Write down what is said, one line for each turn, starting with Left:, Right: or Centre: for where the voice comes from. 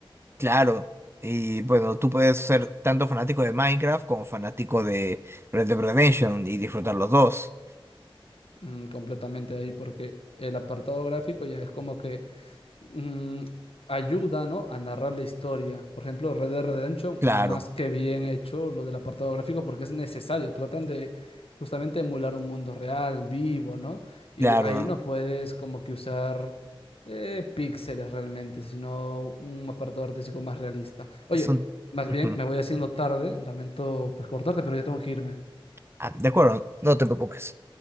Right: claro. Y bueno, tú puedes ser tanto fanático de Minecraft como fanático de Red Dead Redemption y disfrutar los dos.
Left: mm, completamente ahí, porque el apartado gráfico ya es como que mm, ayuda, ¿no? a narrar la historia. Por ejemplo, Red Dead Redemption,
Right: Claro,
Left: más que bien hecho lo del apartado gráfico, porque es necesario. Tratan de justamente emular un mundo real, vivo, ¿no? Y
Right: claro.
Left: ahí no puedes como que usar eh, píxeles realmente, sino un apartado artístico más realista. Oye,
Right: Es un...
Left: más
Right: Ujú.
Left: bien me voy haciendo tarde, lamento pues cortarte, pero ya tengo que irme.
Right: Ah, de acuerdo, no te preocupes.